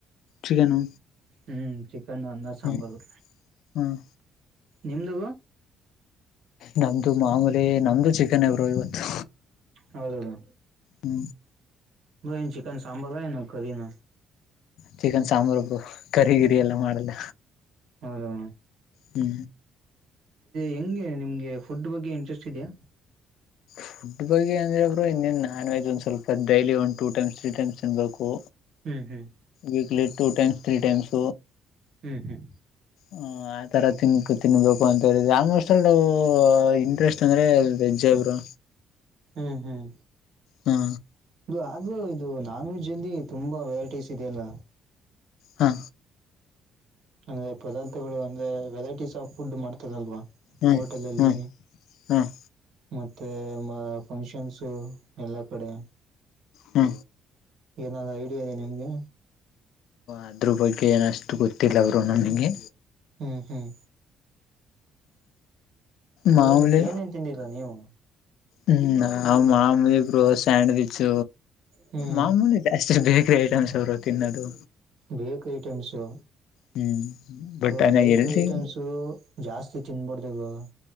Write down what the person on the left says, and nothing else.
ಚಿಕನು
ಹ್ಮ್ ಹ್ಮ್
ನಮ್ದು ಮಾಮೂಲಿ ನಮ್ದು ಚಿಕನ್ ಬ್ರೋ ಇವತ್ತು
ಹ್ಮ
ಚಿಕನ್ ಸಾಂಬಾರ್ ಬ್ರು ಕರಿ ಗಿರಿ ಎಲ್ಲ ಮಾಡಲ್ಲ.
ಹ್ಮ
ಫುಡ್ ಬಗ್ಗೆ ಅಂದ್ರೆ ಬ್ರು ಇನ್ನೇನ್ ನಾನ್ ವೆಜ್ ಒಂದ ಸ್ವಲ್ಪ ಡೈಲಿ ಒಂದು ಟೂ ಟೈಮ್ಸ್ ತ್ರೀ ಟೈಮ್ಸ್ ತಿನ್ಬೇಕು
weekly two times three times
ಹ ಆತರ ತಿನ್ಕು ತಿನ್ಬೇಕು ಅಂತ ಹೇಳಿದೆ ಆಲ್ಮೋಸ್ಟ್ ನಾವು ಇಂಟ್ರೆಸ್ಟ್ ಅಂದ್ರೆ ನಿಜ ಬ್ರೋ
ಹಾ
ಹಾ
ಹ್ಮ್
ಹ್ಮ್ ಹ್ಮ್
ಹ್ಮ
ಅದ್ರ ಬಗ್ಗೆ ಏನಷ್ಟು ಗೊತ್ತಿಲ್ಲ ಅವರು ನನಗೆ
ಮಾಮೂಲಿ
ಹ್ಮ ನ ಮಾಮೂಲಿ ಇಬ್ರು ಸ್ಯಾಂಡ್ವಿಚ್
ಮಾಮೂಲಿ ಜಾಸ್ತಿ ಬೇಕು ಡನ್ಸ್ ಅವರು ತಿನ್ನೋದು
ಹ್ಮ್ ಬಟ್
ಅನ
ಎಲ್ರಿ